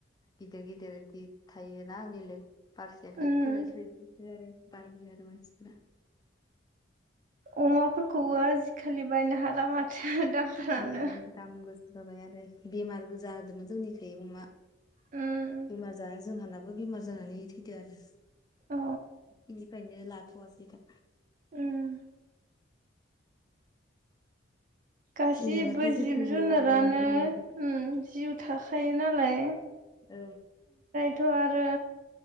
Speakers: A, on the left (about 20°); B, on the right (about 45°).
A: गिदिर-गिदिर गिद थायोना बेलेग। पारसेन्टेजफोरसै
B: उम
A: बिफोरसो आरो बायो आरो मानसिफोरा
B: अमाफोरखौबो आजिखालि बायनो हाला माथो दामफ्रानो।
A: ओं दाम गोसा जाबाय आरो बेमारबो जादोमोन जोंनिखै अमा
B: उम
A: बेमार जानानै जोंहाना- दो बेमार जानानै थैदो आरो
B: अ
A: बेनिफ्रायनो लाथ'वासै दा
B: उम। गासिबो
A: फिनोबाथाय
B: जिब
A: जोथोनबो
B: जुनारानो
A: लोङाबो ओं
B: उम जिउ थाखायो नालाय।
A: औ
B: थ' आरो